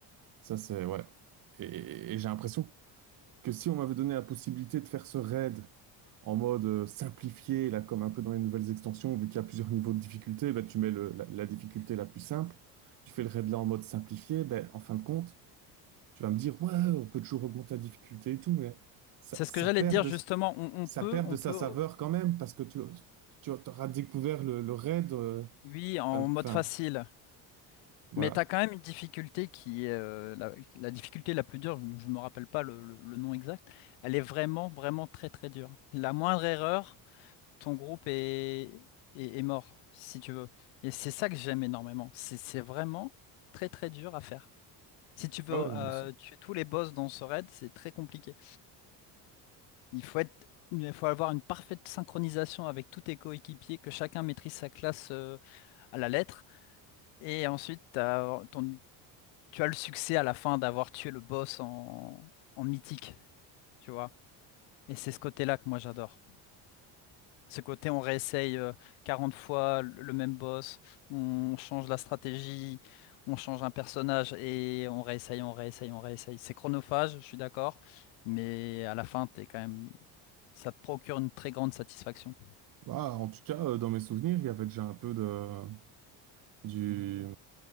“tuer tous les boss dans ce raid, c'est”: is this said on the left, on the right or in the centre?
Left